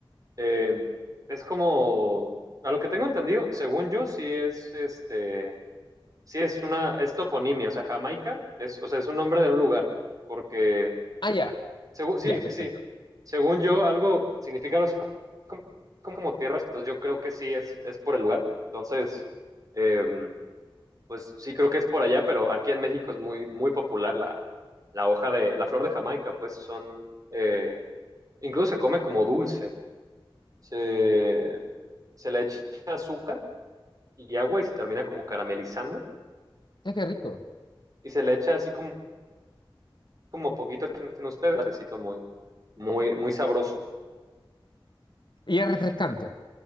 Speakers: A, on the right; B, on the left.
A: eh, es como, a lo que tengo entendido, según yo, sí es, este, sí es una, es toponimia, o sea, Jamaica, es, o sea, es un nombre de un lugar, porque,
B: Ah, ya,
A: según, sí,
B: ya,
A: sí,
B: perfecto.
A: sí, según yo, algo significa algo así como, como, como tierra, entonces yo creo que sí es, es por el lugar, entonces... em, pues sí creo que es por allá, pero aquí en México es muy, muy popular la, la hoja de, la flor de Jamaica, pues son, eh, incluso se come como dulce, se, se le echa azúcar y agua y se termina como caramelizando
B: Es que rico.
A: y se le echa así como, como poquito que sienten ustedes, necesito muy, muy, muy sabroso,
B: Y es refrescante.